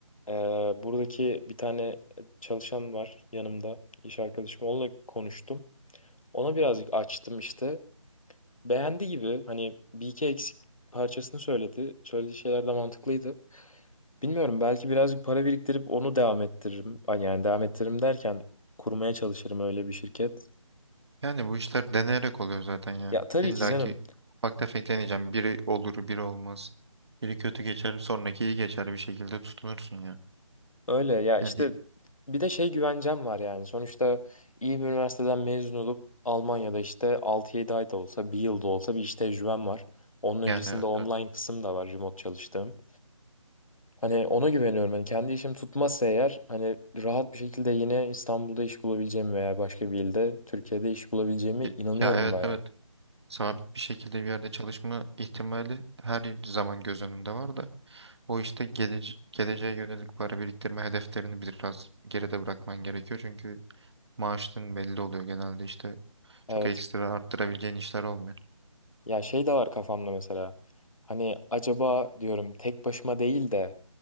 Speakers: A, on the left; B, on the right.
A: eee, buradaki bir tane çalışan var yanımda iş arkadaşım. Onunla konuştum. Ona birazcık açtım işte. Beğendi gibi hani bir iki eksik parçasını söyledi. Söylediği şeyler de mantıklıydı. Bilmiyorum belki birazcık para biriktirip onu devam ettiririm. Ay, Yani devam ettiririm derken kurmaya çalışırım öyle bir şirket.
B: Yani bu işler deneyerek oluyor zaten ya.
A: Ya tabii
B: İlla
A: ki canım.
B: ki ufak tefek deneyeceğim. Biri olur, biri olmaz. Biri kötü geçer, sonraki iyi geçer bir şekilde tutunursun ya.
A: Öyle ya işte
B: Yani,
A: bir de şey güvencem var yani. Sonuçta iyi bir üniversiteden mezun olup Almanya'da işte altı yedi ay da olsa, bir yıl da olsa bir iş tecrübem var. Onun
B: yani
A: öncesinde
B: evet
A: online
B: evet.
A: kısım da var remote çalıştığım. Hani ona güveniyorum. Hani kendi işim tutmazsa eğer hani rahat bir şekilde yine İstanbul'da iş bulabileceğimi veya başka bir ilde Türkiye'de iş bulabileceğime
B: Ya,
A: inanıyorum
B: ya evet
A: baya.
B: evet. Sabit bir şekilde bir yerde çalışma ihtimali her zaman göz önünde var da. O işte gelece geleceğe yönelik para biriktirme hedeflerini biraz geride bırakman gerekiyor. Çünkü maaşın belli oluyor genelde işte.
A: Evet.
B: Çok ekstra arttırabileceğin işler olmuyor.
A: Ya şey de var kafamda mesela. Hani acaba diyorum tek başıma değil de